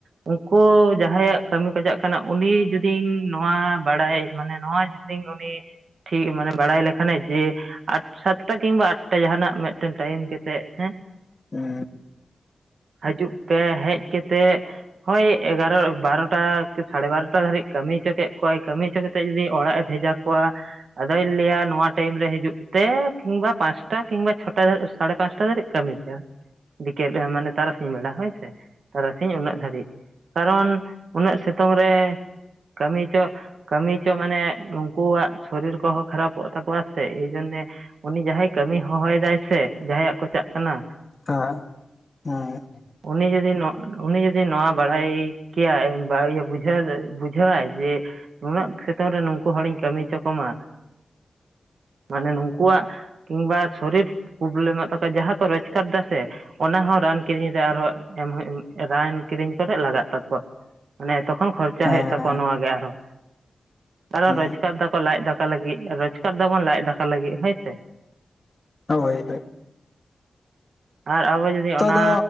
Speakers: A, on the right (about 75°); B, on the left (about 30°).
A: ᱩᱱᱠᱩ ᱡᱟᱦᱟᱸᱭᱟᱜ ᱠᱟᱹᱢᱤ ᱠᱚ ᱪᱟᱜ ᱠᱟᱱᱟ᱾ ᱩᱱᱤ ᱡᱩᱫᱤᱧ ᱱᱚᱣᱟ ᱵᱟᱲᱟᱭ ᱢᱟᱱᱮ ᱱᱚᱣᱟ ᱧ ᱩᱱᱤ ᱴᱷᱤᱠ ᱢᱟᱱᱮ ᱵᱟᱲᱟᱭ ᱞᱮᱠᱷᱟᱱᱮ ᱡᱮ ᱟᱴ-ᱥᱟᱛᱴᱟ ᱠᱤᱢᱵᱟ ᱟᱴᱴᱟ ᱡᱟᱦᱟᱱᱟᱜ ᱢᱤᱫᱴᱮᱱ ᱴᱟᱭᱤᱢ ᱠᱟᱛᱮ ᱦᱮᱸ
B: ᱦᱚ
A: ᱦᱤᱡᱩᱜ ᱯᱮ ᱦᱮᱡ ᱠᱟᱛᱮ ᱮᱫ ᱦᱳᱭ ᱮᱜᱟᱨᱚ ᱵᱟᱨᱚᱴᱟ ᱥᱟᱲᱮ ᱵᱟᱨᱚᱴᱟ ᱫᱷᱟᱹᱨᱤᱡ ᱠᱟᱹᱢᱤ ᱦᱚᱪᱚ ᱠᱮᱫ ᱠᱚᱣᱟᱭ ᱠᱟᱹᱢᱤ ᱦᱚᱪᱚᱛ ᱡᱩᱫᱤ ᱚᱲᱟᱜ ᱮ ᱵᱷᱮᱡᱟ ᱠᱚᱣᱟ, ᱟᱫᱚᱭ ᱞᱟᱹᱭᱟ ᱱᱚᱣᱟ ᱴᱟᱭᱤᱢ ᱨᱮ ᱦᱤᱡᱩᱜ ᱛᱮ ᱠᱤᱵᱟ ᱯᱟᱸᱪᱴᱟ ᱠᱤᱝᱵᱟ ᱪᱷᱚᱴᱟ ᱥᱟᱲᱮ ᱯᱟᱸᱪᱴᱟ ᱫᱟᱹᱨᱤᱡ ᱠᱟᱹᱢᱤ ᱠᱟᱹᱢᱤ ᱯᱮ ᱰᱤᱠᱮᱫ ᱢᱟᱱᱮ ᱛᱟᱨᱟᱥᱤᱧ ᱵᱮᱲᱟ ᱦᱳᱭ ᱥᱮ ᱛᱟᱨᱟᱥᱤᱧ ᱩᱱᱟᱹᱜ ᱫᱷᱟᱹᱨᱤᱡ᱾ ᱠᱟᱨᱚᱱ ᱩᱱᱟᱹᱜ ᱥᱤᱛᱩᱝ ᱨᱮ ᱠᱟᱹᱢᱤ ᱪᱚ ᱠᱟᱹᱢᱤ ᱪᱚ ᱢᱟᱱᱮ ᱩᱱᱠᱩᱣᱟᱜ ᱥᱚᱨᱤᱨ ᱠᱚᱦᱚᱸ ᱠᱷᱟᱨᱟᱯᱚᱜ ᱛᱟᱠᱚᱣᱟ ᱥᱮ ᱮᱭᱡᱚᱱᱱᱮ ᱩᱱᱤ ᱡᱟᱦᱟᱸᱭ ᱠᱟᱹᱟᱢ ᱦᱚᱦᱚᱭᱮᱫᱟᱭ ᱥᱮ ᱡᱟᱦᱟᱸᱭᱟᱜ ᱠᱚ ᱪᱟᱜ ᱠᱟᱱᱟ!
B: ᱦᱮᱸ ᱦᱮᱸ
A: ᱩᱱᱤ ᱡᱩᱫᱤ ᱱᱚ ᱩᱱᱤ ᱡᱩᱫᱤ ᱱᱚᱣᱟ ᱵᱟᱲᱟᱭ ᱠᱮᱭᱟᱭ ᱵᱟ ᱵᱩᱡᱷᱟᱹᱣᱟᱭ ᱡᱮ ᱱᱩᱱᱟᱹᱜ ᱥᱤᱛᱩᱝ ᱨᱮ ᱱᱩᱠᱩ ᱦᱚᱲᱤᱧ ᱠᱟᱹᱢᱤ ᱦᱚᱪᱚ ᱠᱚᱢᱟ᱾ ᱢᱟᱱᱮ ᱱᱩᱠᱩᱣᱟᱜ ᱠᱤᱢᱵᱟ ᱥᱚᱨᱤᱨ ᱯᱨᱚᱵᱞᱮᱢᱚᱜ ᱛᱟᱠᱚᱣᱟ ᱡᱟᱦᱟᱸ ᱠᱚ ᱨᱳᱡᱽᱜᱟᱨ ᱮᱫᱟ ᱥᱮ ᱚᱱᱟ ᱦᱚᱸ ᱨᱟᱱ ᱠᱤᱨᱤᱧ ᱨᱮ ᱟᱨᱦᱚᱸ ᱮᱢ ᱨᱟᱱ ᱠᱤᱨᱤᱧ ᱠᱚᱨᱮ ᱞᱟᱜᱟᱜ ᱛᱟᱠᱚᱣᱟ ᱢᱟᱱᱮ ᱛᱚᱠᱷᱚᱱ ᱠᱷᱚᱨᱪᱟ
B: ᱦᱮᱸ
A: ᱦᱩᱭᱩᱜ ᱛᱟᱠᱚᱣᱟ ᱱᱚᱣᱟ ᱜᱮ ᱟᱨᱦᱚᱸ ᱠᱟᱨᱚᱱ
B: ᱦᱮᱸ
A: ᱨᱳᱡᱜᱟᱨ ᱫᱟᱠᱚ ᱞᱟᱡ ᱫᱟᱠᱟ ᱞᱟᱹᱜᱤᱫ ᱨᱳᱡᱽᱜᱟᱨ ᱫᱟᱵᱚᱱ ᱞᱟᱡ ᱫᱟᱠᱟ ᱞᱟᱹᱜᱤᱫ ᱦᱳᱭᱥᱮ
B: ᱦᱳᱭᱳᱭ᱾
A: ᱟᱨ ᱟᱵᱚ ᱡᱩᱫᱤ ᱚᱱᱟ
B: ᱫᱚ